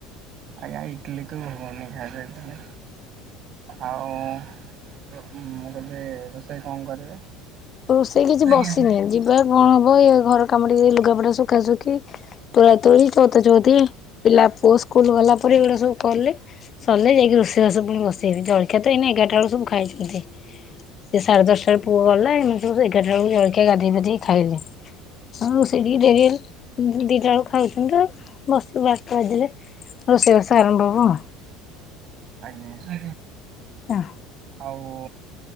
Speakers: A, on the right (about 50°); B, on the left (about 40°).
A: ଆଜ୍ଞା। ଇଡିଲିକୁ ଘୁଗୁନି ଖାଇ ଦେଇଥିଲି। ଆଉ ର ମୁଁ କହିଲି ରୋଷେଇ କଣ କରିବେ?
B: ରୋଷେଇ କିଛି
A: ଆଜ୍ଞା।
B: ବସିନି। ଯିବା, କଣ ହବ, ଇଏ ଘର କାମୁଡ଼ି କି ଲୁଗାପଟା ଶୁଖା ଶୁଖି ତୋଳା ତୋଳି ଚୋଉ ତା ଚୌତି ପିଲା ପୋଶ୍ ସ୍କୁଲ ଗଲା ପରେ ଏଡ଼ା ସବୁ କଲେ ସରିଲେ ଯାଇକି ରୋଷେଇ ପୁଣି ବସେଇବି ଯଳିଖିଆ ଆ ତ ଏଇନ ଏଗାରଟା ବେଳକୁ ସୁବୁ ଖାଇଛନ୍ତି। ସିଏ ସାଢ଼େ ଦଶଟା ରେ ପୁଅ ଗଲା ଏମିତି ବି ସବୁ ଏଗାରଟା ବେଳକୁ ଜଳଖିଆ ଗାଧେଇ ପାଧେଇ ଖାଇଲେ। ଆଉ ରୋଷେଇ ଟିକେ ଡେରିହେଲା ଦିଟା ବେଳକୁ ଖାଇଥିଲି ତ ବସିବୁ ବାରଟା ବାଜିଲେ। ରୋଷେଇ ବାସ ଆରମ୍ଭ ହବ।
A: ଆଜ୍ଞା
B: ଆଉ।
A: ଆଉ